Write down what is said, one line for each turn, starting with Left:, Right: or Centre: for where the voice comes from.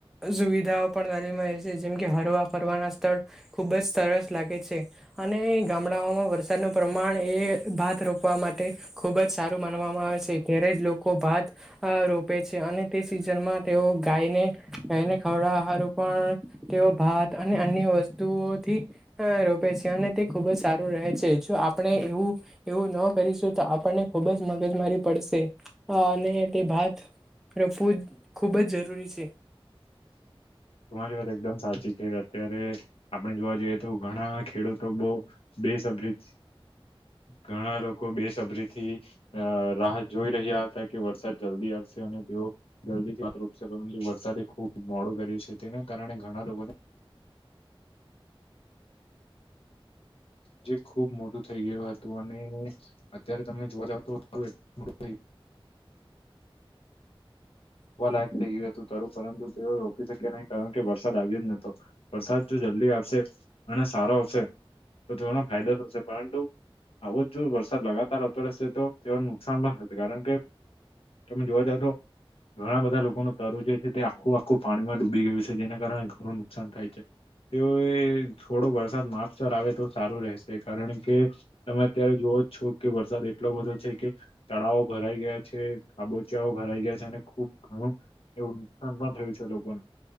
Centre: સુવિધા પણ વાલી છે જેમ કે હરવા ફરવાના સ્થળ ખુબ જ સરસ લાગે છે. અને ગામડાઓમાં વરસાદનો પ્રમાણે ભાત રોપવા માટે ખૂબ જ સારું માનવામાં આવે છે ત્યારે જ લોકો ભાત રોપે છે અને તે સિઝનમાં તેઓ ગાયને ગાયને ખવડાવા હારું પણ તેઓ ભાત અને અન્ય વસ્તુઓથી રોપે છે અને તે ખુબ જ સારું રહે છે જો આપણે એવું એવું ન કરીશું તો આપણને ખુબ જ મગજ મારી પડશે. અને તે ભાત રોપવું ખુબ જ જરૂરી છે.
Left: <inaudible> તમારી વાત એકદમ સાચી છે અત્યારે આપણે જોવા જઈએ તો ઘણા ખેડૂતો બહુ બેસબરી ઘણા લોકો બેસબરી થી રાહ જોઈ રહ્યા હતા કે વરસાદ જલ્દી આવશે અને તેઓ જલ્દી થી પાક રોપશે. પરંતુ વરસાદે ખુબ મોડું કર્યું છે તેના કારણે ઘણા લોકોને જે ખુબ મોટું થઈ ગયું હતું અને અત્યારે તમે જોવા જાવ તો <unintelligible> વાવ લાયક થઈ ગયું હતું પરંતુ તેઓ રોપી શક્યા નહીં કારણ કે વરસાદ આવ્યો જ નોતો વરસાદ જો <unintelligible> અને સારો આવશે તો તેઓનો ફાયદો થશે પરંતુ આવો જ જો વરસાદ લગાતાર આવતો રહેશે તો તેઓને નુકસાન પણ થશે કારણ કે તમે જોવા તો ઘણા બધા લોકોનું તરું જે છે તે આખું આખું પાણીમાં ડૂબી ગયું છે જેના કારણે ઘણું નુકસાન થાય છે. તેઓ એ થોડો વરસાદ માપસર આવે તો સારું રહેશે કારણ કે તમે અત્યારે જો છો કે વરસાદ એટલો બધો છે કે તળાવો ભરાઈ ગયા છે ખાબોચિયાઓ ભરાઈ ગયા છે અને ખુબ ઘણું એવું નુકસાન પણ થયું છે લોકોને.